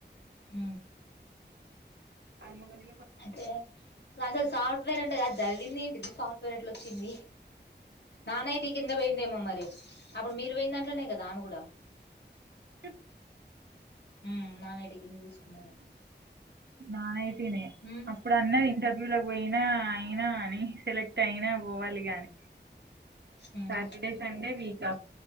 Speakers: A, on the left; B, on the right.
A: అ
B: ఆ మే
A: అయితే క్లాసెస్ సట్ ేం అది సదివింది ఏంటిది సఫ్ ఫ్టవేర్ ఏట్లోచ్చింది నాన్ ఐ టి కింద పోయిందేమో మరి అప్పుడు మీరు పోయిందంట్లనే కదా ఆమె కూడా
B: చె
A: ఉమ్ నానేటి కింద తీసుకున్నారు
B: నాన్ ఐ టి నే
A: ఉమ్
B: అప్పుడు అన్నది ఇంటర్వ్యూ ల పోయినా అయినా అని సెలెక్ట్ అయినా పోవాలి గాని
A: ఉమ్
B: సాటర్డే సండే వీక్ ఆఫ్